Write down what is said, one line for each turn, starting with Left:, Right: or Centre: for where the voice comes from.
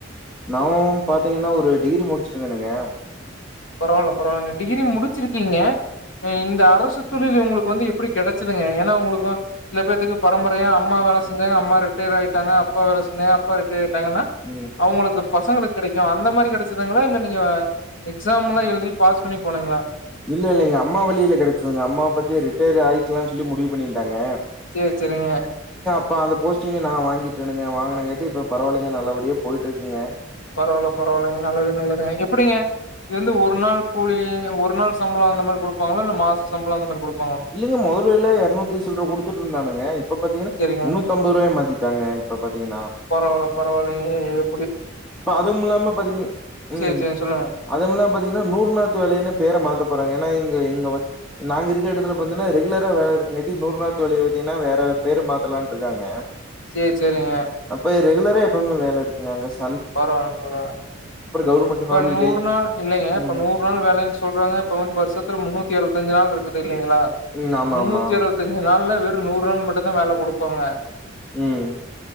Centre: நாவும் பாத்தீங்கன்னா ஒரு டிகிரி முடிச்சிருக்கேனுங்க
Left: பரவால்ல பரவால்லங்க டிகிரி முடிச்சிருக்கீங்க ம் இந்த அரசுத் துறையில உங்களுக்கு வந்து எப்டி கெடைச்சதுங்க ஏன்னா உங்களுக்கு சில பேத்துக்கு பரம்பரையா அம்மா வேல செஞ்சாங்க அம்மா ரிட்டேர் ஆயிட்டாங்க அப்பா வேல செஞ்சாங்க அப்பா ரிட்டேர் ட்டாங்கன்னா
Centre: ம்
Left: அவுங்களுக்கு பசங்களுக்கு கெடைக்கு அந்த மாரி கெடைச்சுதுங்களா இல்ல நீங்க எ க்ஸால்லா எழுதி பாஸ் பண்ணி போனிங்களா
Centre: இல்ல இல்ல எங்க அம்மா வழியில கெடைச்சுதுங்க அம்மா பத்தி ரிட்டையர் ஆயிக்கலாம்னு சொல்லி முடிவு பண்ணியிருந்தங்க
Left: செர் செரிங்க
Centre: போ அந்த போஸ்டிங்க நா வாங்கிட்டேன்னுங்க வாங்கினங்க காட்டி இப்ப பரவாயில்லிங்க நல்லபடியா போயிட்ருக்குங்க
Left: பரவால்ல பரவால்லங்க நல்லது நல்லதுங்க எப்டிங்க இது வந்து ஒரு நாள் கூலி ஒரு நாள் சம்பள அந்த மாரி குடுப்பாங்களா இல்ல மாச சம்பள அந்த மாரி குடுப்
Centre: இல்லங்க மொதல்ல இல்லா இரநூத்தி சில்லற குடுத்துட்டுயிருந்தானுங்க இப்ப பாத்தீங்கன்னா
Left: செரிங்க
Centre: முன்னூத்தி அம்பது ரூபாய மாத்தி டாங்க இப்ப பாத்தீங்கன்னா
Left: பரவால்ல பரவால்லங்க இது
Centre: இப்ப அதுமுலாம பாத்திங் ம்
Left: சேரி சேரிங்க சொல்லுங்க
Centre: அது மில்லா பாத்தீங்குனா நூறு நாத்து வேலயன்னு பேர மாத்த போறாங்க ஏனா இ ங்க இங்கவ நாங்க இருக்க எடத்துல பாத்துனா ரெகுலரா வேல இருக்குங்காட்டி நூர்நாத் வேலய பாத்தீங்குனா வேற பேரு மாத்தலான்ட் இருக்காங்க
Left: சேர் சேரிங்க
Centre: அப்ப ரெகுலரா எப்பாவுமே வேல இருக்குங்க அங்கஸ்
Left: பரவால பரவால
Centre: கவர்மெண்ட்
Left: இப்ப
Centre: ஹாலிடேஸ்
Left: நூரு நாள் இல்லைங்க இப்ப
Centre: ம்
Left: நூர் நாள் வேலயி சொல்றாங்க இப்ப வந்து வர்ஷத்ல முன்னு த்தி அறுவத்தஞ்சு நாள் இருக்குது இல்லைங்குளா
Centre: ம் ஆமா
Left: முன்னூத்தி
Centre: ஆமா
Left: அறுவதஞ்சு நாள்ல வே று நூர்நாள் மட்டுந்தா வேல குடுப்பாங்க
Centre: ம்